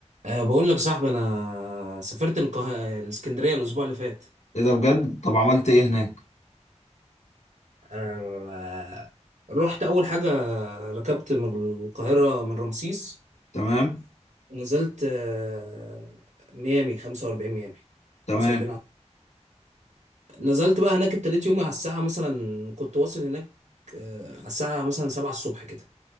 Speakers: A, on the right; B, on the left.
A: أه بقول لك صاحبي انا سافرت القه... آه، الاسكندريه الاسبوع اللي فات
B: ايه ده بجد طب عملت ايه هناك
A: أه رحت اول حاجه ركبت من القاهره من رمسيس
B: تمام
A: ونزلت أه ميامي 45 ميامي
B: تمام
A: 45 ع- نزلت بقى هناك ابتديت يومي على الساعه مثلا كنت واصل هناك أه على الساعه مثلا 7 الصبح كده